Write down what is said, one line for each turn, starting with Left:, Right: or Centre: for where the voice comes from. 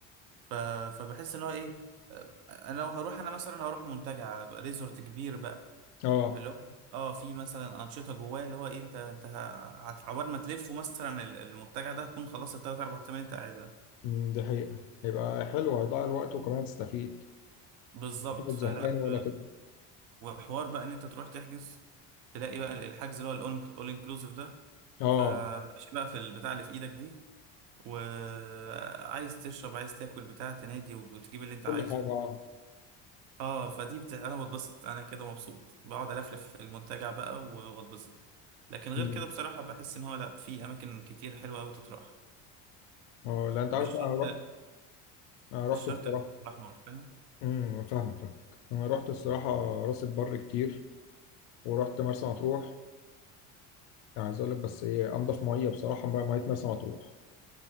Right: ف... فبحس ان هو ايه آه، انا لو هروح انا مثلا هروح منتجع ريزورت كبير بقى
Left: اه
Right: اللي هو إيه، اه في مثلا انشطه جواه اللي هو ايه انت انت ه- هت- عقبال ما تلفه مثلا ال- المنتجع ده هتكون خلصت الثلاث اربع ايام اللي انت قاعدها
Left: أمم، دي حقيقه هيبقى حلو هيضيع الوقت وكمان هتستفيد
Right: بالظبط
Left: تبقى
Right: فلا
Left: زهقان
Right: ب...
Left: ولا كده
Right: وحوار بقى ان انت تروح تحجز تلاقي بقى الحجز اللي هو الاول انكلوسيف ده
Left: اه
Right: فماشي بقى في البتاع اللي في ايدك دي وعايز تشرب عايز تاكل بتاع تنادي وتجيب اللي انت
Left: كل
Right: عايزه
Left: حاجه اه
Right: اه فدي بت... انا بتبسط انا كده مبسوط بقعد الفلف في المنتجع بقى و- واتبسط لكن غير
Left: أمم.
Right: كده بصراحة بحس ان هو لا في اماكن كتير حلوة قوي تتراح
Left: اه لا انت عارف
Right: مش
Left: بقى،
Right: شرط
Left: انا رحت
Right: <laughs>
Left: انا رحت
Right: مش شرط
Left: الصراحه
Right: البحر الاحمر فاهم
Left: امم فاهمك فاهمك انا رحت الصراحه راس البر كتير ورحت مرسى مطروح يعني عايز اقول لك بس ايه انضف ميه بصراحه بقى ميه مرسى مطروح